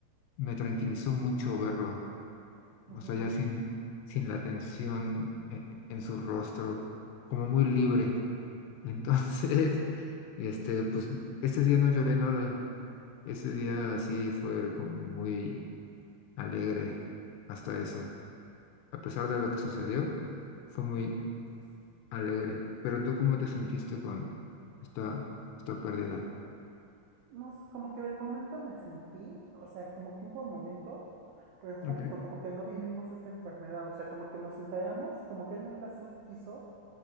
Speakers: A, on the left (about 80°); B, on the right (about 90°).
A: me tranquilizó mucho verlo,
B: ujú.
A: o sea, ya sin, sin la tensión e- en su rostro, como muy libre. Entonces, <laughs> este, pues ese día no lloré nada. Ese día sí fue como muy alegre hasta eso. A pesar de lo que sucedió, fue muy alegre. Pero tú, ¿cómo te sentiste con esta, esta pérdida?
B: No sé, como que del momento me sentí, o sea, como que hubo momentos, pero justo
A: Ok,
B: como que no vivimos esta enfermedad, o sea, como que nos enteramos, como que él nunca su- quiso